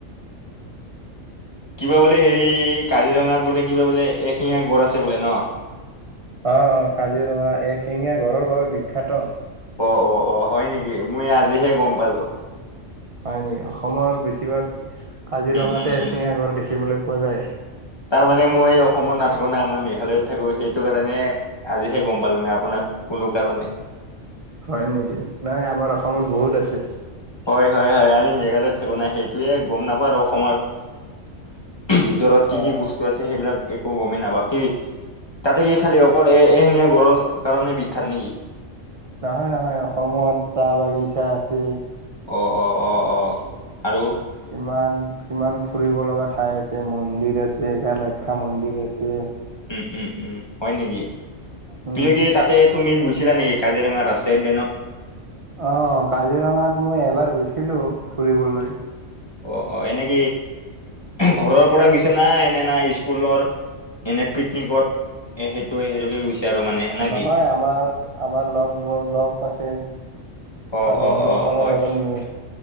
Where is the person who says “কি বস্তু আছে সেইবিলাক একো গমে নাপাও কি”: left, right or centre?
Left